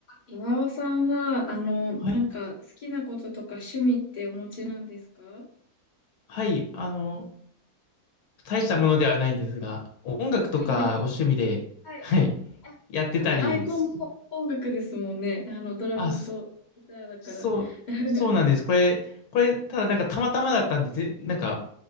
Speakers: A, on the left; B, on the left.
A: 岩尾さんは、あの、
B: はい、
A: なんか、好きなこととか趣味ってお持ちなんですか
B: はい、あの、大したものではないんですが、音楽とかお趣味で、
A: はい。はい。
B: はい、
A: あ、
B: やってたり、
A: うんアイコンも音楽ですもんね。
B: そ
A: あの、ドラムとギターだから。
B: あ、そそう、
A: <laughs>
B: そうなんです。これ、これ、ただなんかたまたまだったんで、ぜなんか、